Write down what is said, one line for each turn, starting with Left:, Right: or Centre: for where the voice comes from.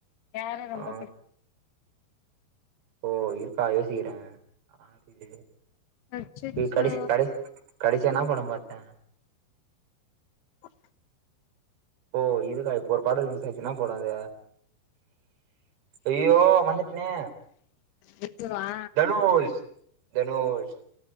Left: யார ரொம்ப
Right: ஆ
Left: புடிக்
Right: ஓ இருக்கா யோசிக்கிறே அது
Left: அச்சச்சோ
Right: கடசி கடசி கடசியா என்னா படோ பாத்தே
Left: ஆ
Right: ஓ இதுக்கா இப்போ ஒரு படோ ரிலிஸ் ஆச்சி என்னா படோ அது ஐயோ வந்துட்னே
Left: விட்றவா
Right: தனுஷ் தனுஷ்